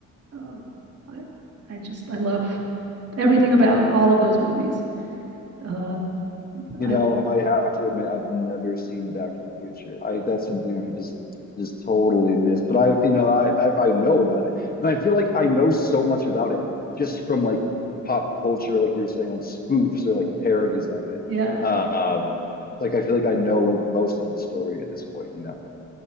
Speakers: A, on the right (about 55°); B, on the left (about 30°).
A: Um, I, I just I love everything about all of those movies. Uh,
B: You
A: I
B: know, I have to admit, I've never seen Back to the Future. I that's something I just just totally miss. But I, you know, I, I I know about it, and I feel like I know so much about it just from like pop culture, like you were saying, like spoofs or like parodies of it.
A: yeah,
B: Um, like I feel like I know like most of the story at this point. You know?